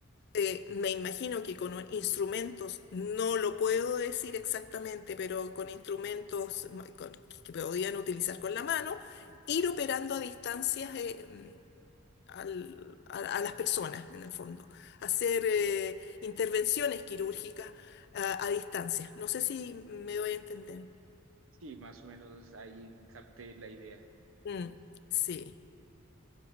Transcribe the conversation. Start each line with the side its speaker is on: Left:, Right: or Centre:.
Left: eh, me imagino que con instrumentos, no lo puedo decir exactamente, pero con instrumentos ma- con- que podían utilizar con la mano, ir operando a distancias eh, mm, al- a, a las personas, en el fondo. Hacer eh, intervenciones quirúrgicas a, a distancia. No sé si me doy a entender.
Right: Sí, más o menos ahí capté la idea.
Left: Mm, sí.